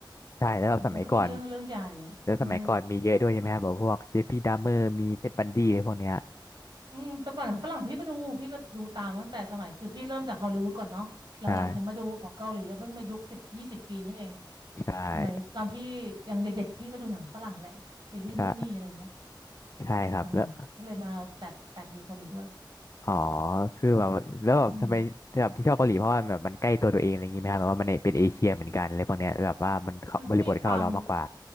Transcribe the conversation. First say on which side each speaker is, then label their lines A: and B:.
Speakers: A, on the left; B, on the right.
A: ใช่แล้วแบบสมัยก่อน
B: มันก็เป็นเรื่องเรื่องใหญ่อะเออ
A: แล้วสมัยก่อนมีเยอะด้วยใช่ไหมครับแบบพวกเจฟฟี่ดัมเมอร์มีเท็ดบันดี้อะไรพวกเนี้ย
B: อืมแต่ก่อนหนังฝรั่งพี่ก็ดูพี่ก็ดูตามตั้งแต่สมัยคือพี่เริ่มจากฮอลลีวูดก่อนเนาะหลังๆถึงมาดูของเกาหลีอะเพิ่งมายุคสิบยี่สิบปีนี้เอง
A: ใช่ใช่
B: สมัยตอนพี่ยังเด็กๆพี่ก็ดูหนังฝรั่งแหละซีรีส์นู่นนี่อะไรเงี้ย
A: ใช่ใช่ครับแล้ว
B: หลังๆก็เลยมาแตกแตกดูเกาหลีด้วย
A: อ๋อ คือแบบแล้วแบบทำไมแบบที่ชอบเกาหลีเพราะว่าแบบมันใกล้ตัวตัวเองอะไรอย่างงี้ไหมครับแบบว่ามันเป็นเอเชียเหมือนกันอะไรพวกเนี้ยแบบว่ามันเข้าบริบทเข้าเรามากกว่า
B: อืมมันก็มีความ